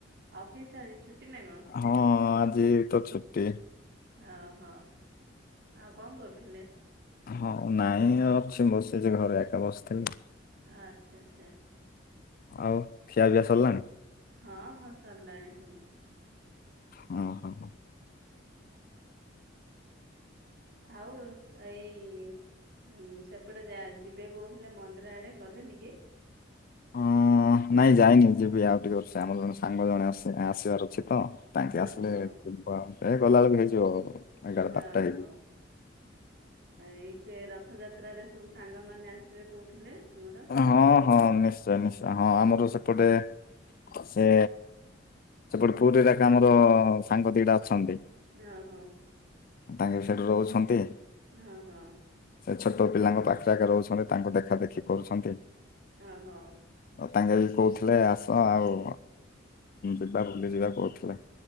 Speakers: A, on the right (about 55°); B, on the left (about 45°).
A: ଅଫିସ୍ ଆଜି ଛୁଟି ନା କଣ?
B: ହଁ ଆଜି ତ ଛୁଟି।
A: ଅହ ଆଉ କ କରୁଥିଲେ?
B: ହଁ ନାଇଁ ଅଛି ବସିଛି ଘରେ ଏକା ବସିଥିଲି।
A: ଆଚ୍ଛା ଆଚ୍ଛା ଆଚ୍ଛା।
B: ଆଉ ଖିଆ ପିଆ ସରିଲାଣି?
A: ହଁ ହଁ ସରିଲାଣି ସବୁ।
B: ହଁ ହଁ ହଁ।
A: ଆଉ ଏଇ ଉଁ ସେପଟେ ଯା ଯିବେ କହୁଥିଲେ ମନ୍ଦିର ଆଡେ ଗଲେନି କି?
B: ଅଁ ନାଇଁ ଯାଇନି ଯିବି ଆଉ ଟିକେ ଅସିକି ଆମର ଜଣେ ସାଙ୍ଗ ଜଣେ ଆସି ଆସିବାର ଅଛି ତ? ତାଙ୍କେ
A: ହଁ
B: ଆସିଲେ
A: ହଁ
B: ଏ ଗଲାବେଳକୁ ହେଇଯିବ ଏଗାର
A: ହଁ
B: ବାରଟା
A: ହଁ
B: ହେଇଯିବ।
A: ଏଇ ସେ ରଥଯାତ୍ରାରେ ସବୁ ସାଙ୍ଗମାନେ ଆସିବେ କହୁଥିଲେ। ତୁମର ଆସିବେ
B: ହଁ ହଁ ନିଶ୍ଚୟ ନିଶ୍ଚୟ ହଁ ଆମର ସେପଟେ ସେ ସେପଟେ ପୁରୀରେ ଆକ ଆମର ସାଙ୍ଗ ଦିଟା ଅଛନ୍ତି।
A: ଅହୋ।
B: ତାଙ୍କର ସେଠି ରହୁଛନ୍ତି।
A: ହଁ ହଁ।
B: ସେ ଛୋଟ ପିଲାଙ୍କ ପାଖେ ପାଖେ ରହୁଛନ୍ତି ତାଙ୍କୁ ଦେଖା ଦେଖି କରୁଛନ୍ତି।
A: ଅହୋ
B: ତାଙ୍କେ ବି କହୁଥିଲେ ଆସ ଆଉ ଯିବା ବୁଲି ଯିବା କହୁଥିଲେ।